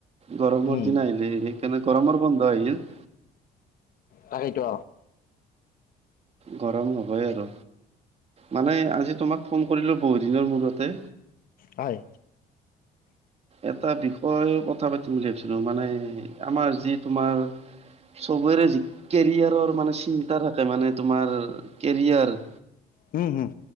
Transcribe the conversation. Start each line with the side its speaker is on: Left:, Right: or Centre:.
Right: গৰমৰ
Left: উম,
Right: দিন আহিলে <unintelligible> কেনে গৰমৰ বন্ধ আহিল
Left: তাকেই ত'
Right: গৰম হবই আৰু মানে আজি তোমাক ফোন কৰিলোঁ বহু দিনৰ মূৰতে।
Left: হয়।
Right: এটা বিষয়ে কথা পাতিম বুলি ভাবিছিলোঁ মানে আমাৰ যি তোমাৰ চবৰে যি কেৰিয়াৰৰ মানে চিন্তা থাকে মানে তোমাৰ কেৰিয়াৰ
Left: হুম, হুম